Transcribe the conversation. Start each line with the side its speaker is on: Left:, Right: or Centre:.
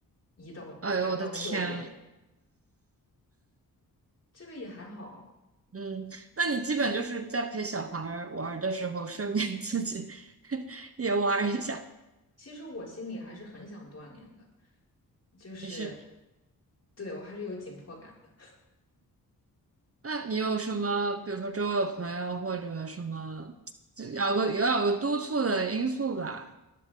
Left: 移到单杠的右边，
Right: 哎呦我的天啊
Left: 这个也还好。
Right: 嗯，那你基本就是在陪小孩儿玩儿的时候，顺便自己 <laughs> 也玩儿一下。
Left: 其实我心里还是很想锻炼的，就是
Right: 你是，
Left: 对我还是有紧迫感的，
Right: 那你有什么，比如说周围有朋友或者什么？就要个有要有个督促的因素吧，